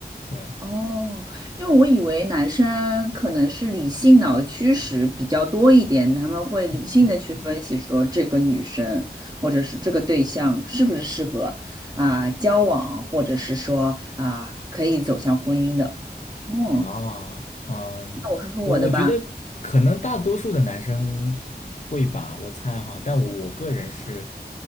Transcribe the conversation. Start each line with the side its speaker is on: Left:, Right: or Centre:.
Left: 对，
Right: 哦，因为我以为男生可能是理性脑驱使比较多一点，他们会理性的去分析说这个女生或者是这个对象是不是适合啊、
Left: 嗯嗯嗯。
Right: 交往，或者是说啊、可以走向婚姻的。嗯，
Left: 啊，嗯，
Right: 那我说说我的吧。
Left: 我我觉得可能大多数的男生会吧，我猜哈，但我我个人是